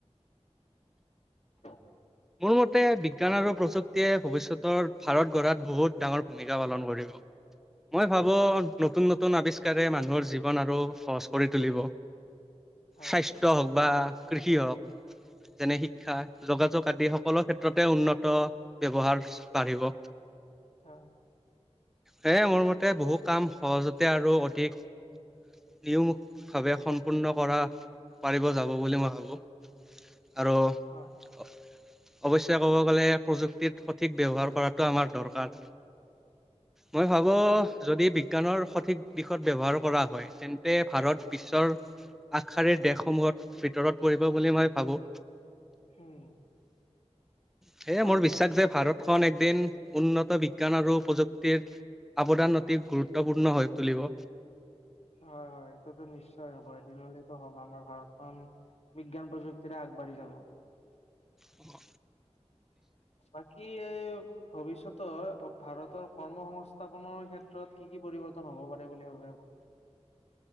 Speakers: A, on the left; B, in the centre.
A: <unintelligible>
B: মোৰ মতে বিজ্ঞান আৰু প্ৰযুক্তিয়ে ভৱিষ্যত উত্তৰ ভাৰত গঢ়াত বহুত ডাঙৰ ভূমিকা পালন কৰিব মই ভাবোঁ নতুন নতুন আৱিষ্কাৰে মানুহৰ জীৱন আৰু সহজ কৰি তুলিব
A: হয়
B: স্বাস্থ্য হওক বা কৃষি হওক যেনে শিক্ষা যোগাযোগ আদি সকলো ক্ষেত্ৰতে উন্নত ব্যৱহাৰ বাঢ়িব
A: হয়
B: এ মোৰ মতে বহু কাম সহজতে আৰু অধিক নিউভাৱে সম্পূৰ্ণ কৰা পাৰিব যাব বুলি মই ভাবো আৰু অৱশ্যে
A: হয়
B: কব গলে প্ৰযুক্তিত সঠিক ব্যৱহাৰ কৰাটো আমাৰ দৰকাৰ মই ভাবো
A: হয়
B: যদি বিজ্ঞানৰ সঠিক দিশত ব্যৱহাৰ কৰা হয় তেন্তে ভাৰত বিশ্বৰ আগশাৰীৰ দেশসমূহত ভিতৰত পৰিব বুলি মই ভাবো।
A: উম
B: সেয়ে
A: হয়
B: মোৰ বিশ্বাস
A: হয়
B: যে ভাৰতখন এদিন উন্নত বিজ্ঞান আৰু প্ৰযুক্তি। অৱদান অতি গুৰুত্বপূৰ্ণ হৈ তুলিব।
A: হয় হয় এইটোতো নিশ্চয় হব এদিনলৈতো হব আমাৰ ভাৰতখন। বিজ্ঞান প্ৰযুক্তিৰে আগবাঢ়ি যাব।
B: অ
A: বাকি ভৱিষ্যতৰ ভাৰতৰ কৰ্মসংস্থাপনৰ ক্ষেত্ৰত কি কি পৰিৱৰ্তন। হ'ব পাৰে বুলি ভাবে আপুনি।